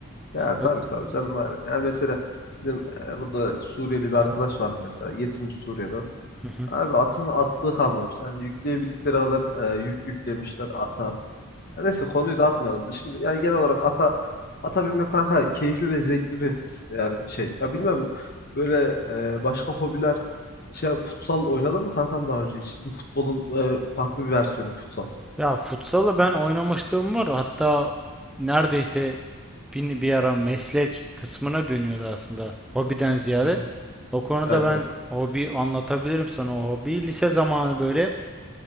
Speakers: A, on the left; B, in the centre.
A: Ya tabii
B: Ha,
A: tabii canım. Yani mesela bizim e, burada Suriyeli bir arkadaş vardı mesela. Getirmiş Suriye'den.
B: Hı hı.
A: Abi atın atlığı kalmamış. Yani yükleyebildikleri kadar e, yük yüklemişler ata. Ya neyse konuyu da atmayalım. Biz şimdi yani genel olarak ata ata binmek kanka keyifli ve zevkli bir yani şey. Ya bilmem böyle e, başka hobiler şey futsal oynadın mı kankam daha önce hiç? Futbolun e, farklı bir versiyonu futsal.
B: Ya futsalı ben oynamışlığım var. Hatta neredeyse bir, bir ara meslek kısmına dönüyordu aslında. Hobiden ziyade.
A: Hı hı.
B: O konuda
A: Evet
B: ben
A: evet.
B: hobi anlatabilirim sana. O hobi lise zamanı böyle